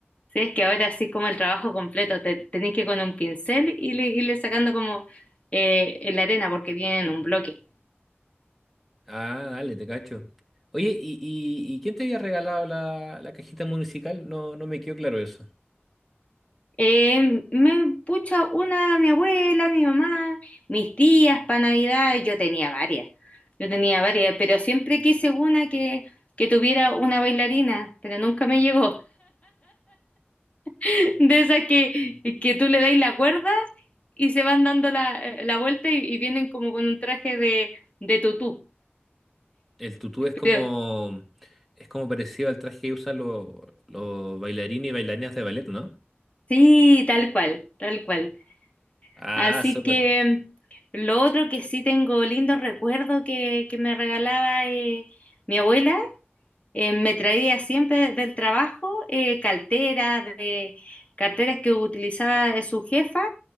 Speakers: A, on the left; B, in the centre.
A: Sí, es que ahora sí como el trabajo completo, te, tenéis que ir con un pincel y le, irle sacando como eh, la arena porque viene en un bloque.
B: Ah, dale, te cacho. Oye, ¿y, y, y quién te había regalado la, la cajita musical No, no me quedó claro eso.
A: Eh, me pucha una, mi abuela, mi mamá, mis tías para Navidad, yo tenía varias, yo tenía varias, pero siempre quise una que, que tuviera una bailarina, pero nunca me llegó. <laughs> De esas que, que tú le dais la cuerda y se van dando la, eh, la vuelta y, y vienen como con un traje de, de tutú.
B: El tutú es como,
A: Pero
B: es como parecido al traje que usan los los bailarines y bailarinas de ballet, ¿no?
A: sí, tal cual, tal cual.
B: Ah,
A: Así
B: súper.
A: que lo otro que sí tengo lindo recuerdo que, que me regalaba eh, mi abuela Eh, me traía siempre del trabajo eh, carteras, de, carteras que utilizaba eh, su jefa